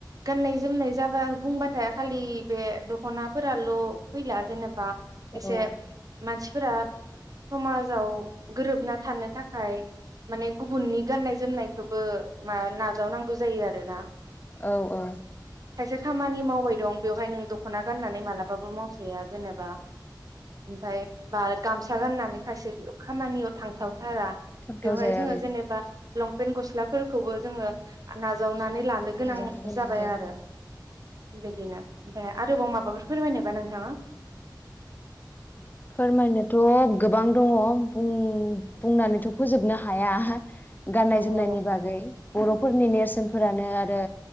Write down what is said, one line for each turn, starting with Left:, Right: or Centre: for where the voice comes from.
Right: गाननाय जोमनाय जाबा बुंबाथाय खालि बे दख'नाफोराल' फैला जेनेबा एसे
Left: औ
Right: मानसिफोरा समाजाव गोरोबना थानो थाखाय माने गुबुननि गाननाय जोमनायखौबो मा नाजावनांगौ जायो आरो ना।
Left: औ औ।
Right: खायसे खामानि मावबाय दं बेवहाय नों दख'ना गाननानै मालाबाबो मावजाया जेनेबा ओमफाय बाल गामसा गाननानै खायसे खामानियाव थांथावथारा।
Left: खोन्थाव
Right: बेवहाय
Left: जाया
Right: जोङो
Left: बेनो
Right: जेनेबा लंपेन्ट गस्लाफोरखौबो जोङो आ नाजावनानै लानो गोनां
Left: नाजावनो गोनां
Right: जाबाय
Left: जायो
Right: आरो । बिदिनो ओमफ्राय आरोबाव माबाफोर फोरमायनोबा नोंथाङा ।
Left: फोरमायनोथ गोबां दङ बुं-बुंनानैथ फोजोबनो हाया गाननाय
Right: नंगौ
Left: जोमनायनि
Right: नंगौ
Left: बागै बर फोरनि नेरसोनफोरानो आरो